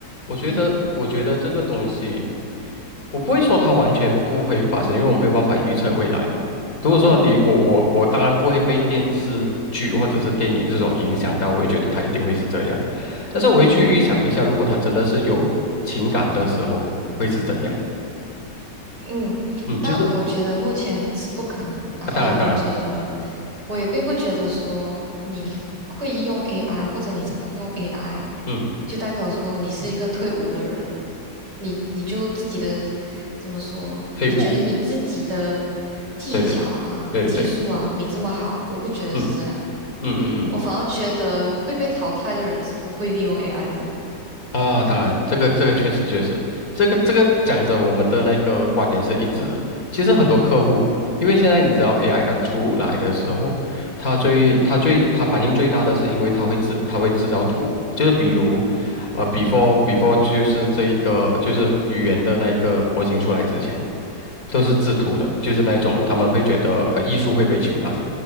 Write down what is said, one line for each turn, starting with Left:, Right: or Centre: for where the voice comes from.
Left: 我觉得，
Right: 嗯
Left: 我觉得这个东西，我不会说它完全不会发生，因为我没有办法预测未来嘛。如果说你我我我当然不会被电视剧或者是电影这种影响到，
Right: 嗯
Left: 我会觉得它一定会是这样。但是我会去预想一下，
Right: 嗯。
Left: 如果它真的是有情感的时候，会是怎样？
Right: 嗯，
Left: 嗯，
Right: 但我觉得目前是不可能。
Left: 就是
Right: 然后我觉得，
Left: 啊当然当然，
Right: 我也并不觉得说你会用 AI 或者你常用 AI，
Left: 嗯，
Right: 就代表说你是一个退伍的人。你你就自己的怎么说？
Left: 退步，
Right: 你觉得你自己的技巧啊、
Left: 对对对对对对，
Right: 技术啊没这么好？我不觉得是这样，
Left: 嗯。嗯嗯嗯嗯。
Right: 我反而觉得会被淘汰的人是不会利用 AI 的人。
Left: 啊，当然，这个这个确实确实，这个这个讲着我们的那个观点是一致的。其实很多客户，因为现在你知道 AI 刚出来的时候，他最他最他反应最大的是因为它会制它会制造图，
Right: 嗯
Left: 就是比如，呃，before before 就是这一个就是语言的那一个模型出来之前，都是制图的，就是那种他们会觉得呃艺术会被取代，